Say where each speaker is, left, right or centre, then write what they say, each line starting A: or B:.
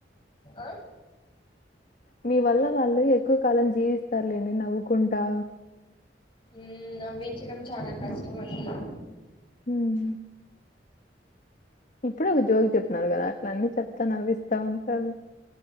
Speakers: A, on the left (about 30°); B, on the left (about 45°).
A: హా
B: మీ వల్ల వాళ్ళు ఎక్కువ కాలం జీవిస్తారులేడీ నవ్వుకుంటా
A: ఉ నవ్వించడం చాలా కష్టం అస్సలు
B: ఉమ్ ఇప్పుడే ఒక జోలికి చెప్పన్నారు కదా అట్ల అన్నీ చెస్తా నవ్విస్తా ఉంటారు